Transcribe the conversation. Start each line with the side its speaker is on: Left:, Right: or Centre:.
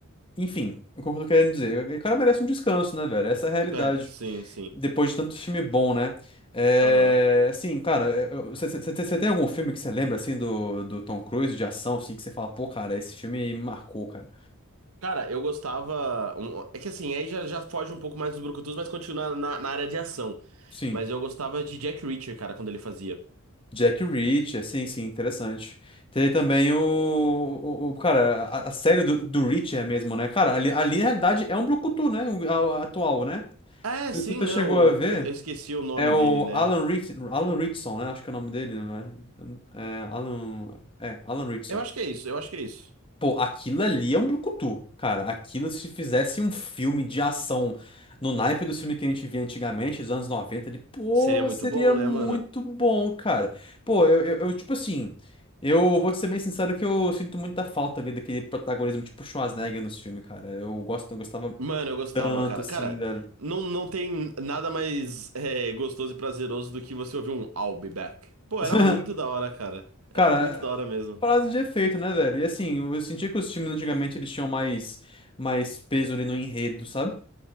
Left: Enfim, o que eu tô querendo dizer? O cara merece um descanso, né, velho? Essa é a realidade.
Right: É, sim, sim.
Left: Depois de tanto filme bom, né? É,
Right: Aham.
Left: assim, cara, você tem algum filme que você lembra, assim, do, do Tom Cruise, de ação, assim, que você fala, pô, cara, esse filme me marcou, cara.
Right: Cara, eu gostava. um- é que assim, aí já, já foge um pouco mais dos brucutus, mas continua na, na área de ação.
Left: Sim.
Right: Mas eu gostava de Jack Reacher, cara, quando ele fazia.
Left: Jack Reacher, sim, sim, interessante. Tem também o, o, o- cara, a, a série do, do Reacher mesmo, né? Cara, ali, ali na realidade é um brucutu, né? O, a- a atual, né?
Right: Ah, é,
Left: Você
Right: sim, né?
Left: chegou
Right: o-
Left: a ver?
Right: eu esqueci o nome
Left: É o
Right: dele, né?
Left: Alan Rich, Alan Richson, né? Acho que é o nome dele, né? É Alan, é, Alan Richson.
Right: Eu acho que é isso, eu acho que é isso.
Left: Pô, aquilo ali é um brucutu, cara. Aquilo, se fizesse um filme de ação no naipe do filme que a gente via antigamente, dos anos 90, ele, pô,
Right: Seria muito
Left: seria
Right: bom, né,
Left: muito
Right: mano?
Left: bom, cara. Pô, eu, eu, eu, tipo assim, eu vou te ser bem sincero que eu sinto muita falta ali daquele protagonismo tipo Schwarzenegger nos filmes, cara. Eu gosto, eu gostava
Right: Mano, eu gostava,
Left: tanto,
Right: cara.
Left: assim,
Right: Cara,
Left: velho.
Right: não, não tem nada mais é, gostoso e prazeroso do que você ouvir um I'll be back. Pô,
Left: <laughs>
Right: era muito da hora, cara. Era
Left: Cara,
Right: muito da hora mesmo.
Left: frase de efeito, né, velho? E assim, eu senti que os times antigamente eles tinham mais, mais peso ali no enredo, sabe?